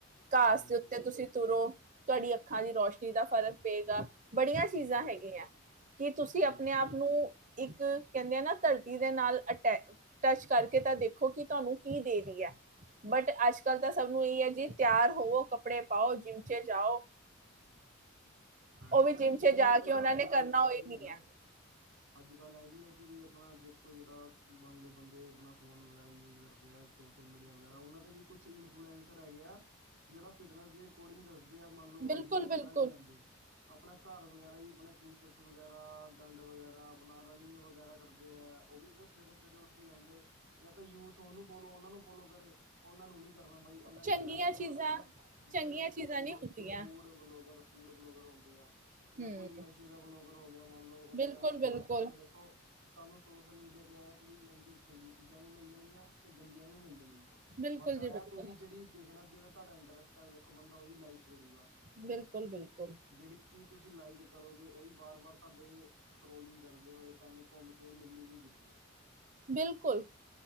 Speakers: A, on the right; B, on the right.
A: ਘਾਸ
B: ਹਾਂਜੀ-ਹਾਂਜੀ।
A: ਦੇ ਉੱਤੇ ਤੁਸੀਂ ਤੁਰੋ। ਸਾਡੀ ਅੱਖਾਂ ਦੀ ਰੋਸ਼ਨੀ। ਦਾ ਫ਼ਰਕ ਪਏਗਾ। ਬੜੀਆਂ ਚੀਜ਼ਾਂ
B: ਹਾਂਜੀ-ਹਾਂਜੀ,
A: ਹੈਗੀਆਂ ਕਿ ਤੁਸੀਂ
B: ਬਿਲਕੁਲ-ਬਿਲਕੁਲ
A: ਆਪਣੇ ਆਪ ਨੂੰ ਇੱਕ ਕਹਿੰਦੇ ਆ ਨਾ ਧਰਤੀ ਦੇ ਨਾਲ ਅਟੈ ਟੱਚ ਕਰਕੇ ਤਾਂ ਦੇਖੋ ਕਿ ਤੁਹਾਨੂੰ ਕੀ ਦੇ ਰਹੀ ਏ? ਬਟ ਅੱਜ ਕੱਲ ਤਾਂ ਸਭ ਨੂੰ ਇ ਹੈ ਜੀ ਤਿਆਰ ਹੋਵੋ ਕੱਪੜੇ ਪਾਓ ਜਿੰਮ ਚ। ਜਾਓ
B: ਹਾਂਜੀ
A: ਉਹ ਵੀ
B: ਹਾਂਜੀ
A: ਜਿਮ 'ਚ
B: ਨਹੀਂ
A: ਜਾ
B: ਆਪਣਾ
A: ਕੇ ਉਹਨਾਂ
B: ਅੱਜ
A: ਨੇ
B: ਕੱਲ
A: ਕਰਨਾ ਹੋਈ
B: ਇਹ ਵੀ
A: ਨਹੀਂ
B: ਏ ਨਾ
A: ਹੈ।
B: ਅੱਜ ਕੱਲ ਇਹ ਵੀ ਹੈ ਕਿ ਬ ਆਪਣਾ ਦੇਖੋ ਜਿਹੜਾ ਮੰਨ ਲਓ ਬੰਦੇ ਆਪਣਾ ਫੋਨ ਵਗੈਰਾ ਯੂਜ ਕਰਦੇ ਆ ਸੋਸ਼ਲ ਮੀਡੀਆ ਵਗੈਰਾ ਉਹਨਾਂ ਤੇ ਵੀ ਕੁਛ ਇਨਫਲਐਸਰ ਹੈਗੇ ਆ ਜਿਹੜਾ ਫਿਟਨਸ ਦੇ ਅਕੋਰਡਿੰਗ ਦੱਸ। ਜ ਮੰਨ ਲਓ
A: ਬਿਲਕੁਲ
B: ਉਹ ਜਿੰਮ ਵਗੈਰਾ
A: ਬਿਲਕੁਲ
B: ਨਹੀਂ ਜਾਂਦੇ ਆਪਣਾ ਘਰ ਵਗੈਰਾ ਹੀ ਆਪਣੇ ਕੁਸ਼ਪ ਵਗੈਰਾ ਡੰਡ ਵਗੈਰਾ ਆਪਣਾ। ਰਨਿੰਗ ਵਗੈਰਾ ਕਰਦੇ ਹੈ ਉਹ ਵੀ ਤਾਂ ਸਵੇਰੇ ਸਵੇਰੇ ਉੱਠ ਕੇ ਜਾਂਦੇ ਹੈ ਜਾਂ ਤਾਂ ਯੂਥ ਉਹਨੂੰ ਫੋਲੋ ਉਹਨਾਂ ਨੂੰ ਫੋਲੋ ਕਰੇ। ਉਹਨਾਂ ਨੂੰ ਨਹੀਂੀ ਕਰਨਾ ਬਾਈ ਇਹਨਾਂ ਨੇ
A: ਚੰਗੀਆਂ
B: ਤਾਂ ਉਹਨਾਂ ਨੂੰ
A: ਚੀਜ਼ਾਂ
B: ਕਰਨਾ ਹੈ ਜਿਹੜੇ
A: ਚੰਗੀਆਂ
B: ਦੇਖੋ
A: ਚੀਜ਼ਾਂ
B: ਫੂਡ।
A: ਨਹੀਂ ਹੁੰਦੀਆਂ
B: ਜਿਹੜੇ ਫੂਡ ਬਲੋਗਰ ਹੁੰਦੇ ਆ ਜਾਂ
A: ਹੂੰ
B: ਕੋਈ ਨਸ਼ੇ ਦਾ ਵਲੋਂ। ਹੋਗਰ ਹੋ ਗਿਆ।। ਮੰਨ ਲਓ ਉਹਨੇ
A: ਬਿਲਕੁਲ ਬਿਲਕੁਲ
B: ਅੱਜ ਕੱਲ ਤਾਂ ਦੇਖੋ ਤੁਹਾਨੂੰ ਸੋਸ਼ਲ ਮੀਡੀਆ। ਇਹ ਵੀ ਇੰਜ ਚੰਗੀਆਂ ਚੀਜ਼ਾਂ ਵੀ ਮਿਲ ਜਾਣਗੀਆਂ ਤੇ ਗੰਦੀਆਂ ਵੀ ਮਿਲ ਜਾਣਗੀਆਂ।
A: ਬਿਲਕੁਲ
B: ਬਸ ਆਹ
A: ਜੀ ਬਿਲਕੁਲ
B: ਤੁਸੀਂ ਜਿਹੜੀ ਦੇਖਣਾ ਜਿਵੇਂ ਤੁਹਾਡਾ ਇੰਟਰਸਟ ਹੈ ਦੇਖੋ ਬੰਦਾ ਉਹੀ ਲਾਈਕ ਕਰੂਗਾ।
A: ਬਿਲਕੁਲ ਬਿਲਕੁਲ
B: ਜਿਹੜੀ ਚੀਜ਼ ਤੁਸੀਂ ਲਾਈਕ ਕਰੋਗੇ ਉਹੀ ਬਾਰ- ਬਾਰ ਤੁਹਾਡੇ ਸਕੋਲਿੰਗ ਕਰਦੇ ਹੋਏ ਤੁਹਾਨੂੰ ਘੁੰਮ ਕੇ ਮਿਲੂਗੀ ਜ਼ਰੂਰ।
A: ਬਿਲਕੁਲ,